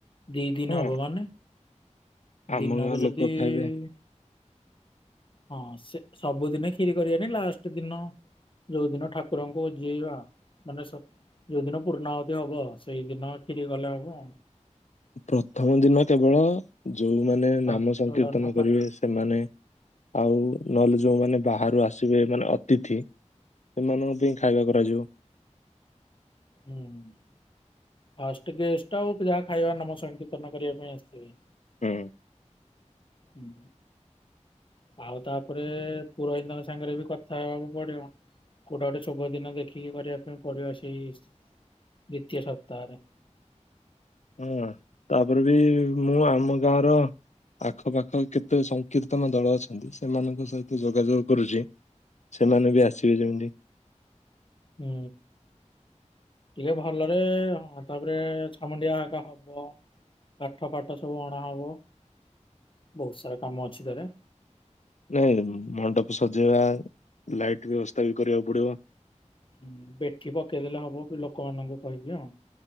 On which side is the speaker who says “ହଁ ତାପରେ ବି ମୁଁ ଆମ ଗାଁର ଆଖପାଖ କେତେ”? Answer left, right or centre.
Left